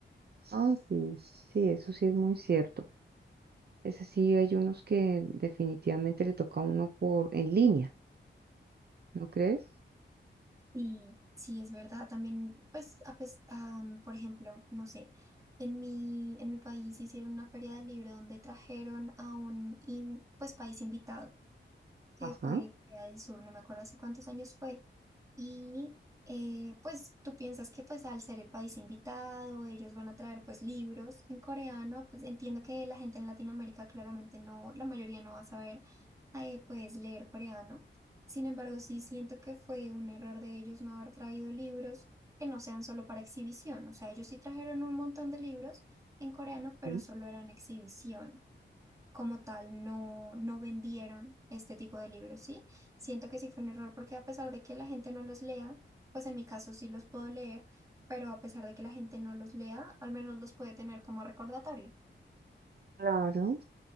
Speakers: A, on the right; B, on the right.
A: Ah, sí, sí, eso sí es muy cierto. Es así, hay unos que definitivamente le toca a uno por en línea, ¿no crees?
B: Sí, sí, es verdad. También, pues, a pes- am, por ejemplo, no sé, en mi, en mi país hicieron una feria del libro donde trajeron a un in- pues, país invitado que
A: Ajá.
B: fue Corea del Sur, no me acuerdo hace cuántos años fue. Y eh, pues tú piensas que pues al ser el país invitado, ellos van a traer pues libros en coreano, pues entiendo que la gente en Latinoamérica claramente no, la mayoría no va a saber eh, pues leer coreano. Sin embargo, sí siento que fue un error de ellos no haber traído libros que no sean solo para exhibición. O sea, ellos sí trajeron un montón de libros en coreano, pero
A: Mm.
B: solo eran exhibición como tal no, no vendieron este tipo de libros, ¿sí? Siento que sí fue un error porque a pesar de que la gente no los lea, pues en mi caso sí los puedo leer, pero a pesar de que la gente no los lea, al menos los puede tener como recordatorio.
A: Claro.